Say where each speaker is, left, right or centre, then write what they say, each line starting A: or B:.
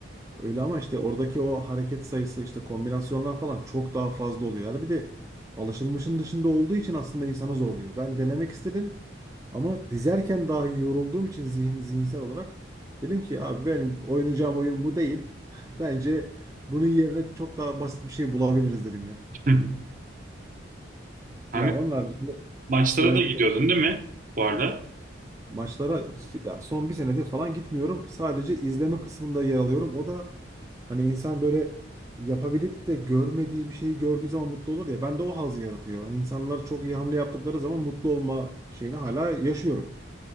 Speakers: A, on the right; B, on the right.
A: Öyle ama işte oradaki o hareket sayısı işte kombinasyonlar falan çok daha fazla oluyor. Yani bir de alışılmışın dışında olduğu için aslında insanı zorluyor. Ben denemek istedim ama dizerken dahi yorulduğum için zihin, zihinsel olarak dedim ki abi benim oynayacağım oyun bu değil. <laughs> Bence bunun yerine çok daha basit bir şey bulabiliriz dedim yani.
B: <laughs> Hani
A: Ya onlar
B: maçlara
A: yani
B: da gidiyordun değil mi bu arada?
A: maçlara ya son bir senedir falan gitmiyorum. Sadece izleme kısmında yer alıyorum. O da hani insan böyle yapabilip de görmediği bir şeyi gördüğü zaman mutlu olur ya. Ben de o haz yaratıyor. İnsanlar çok iyi hamle yaptıkları zaman mutlu olma şeyini hala yaşıyorum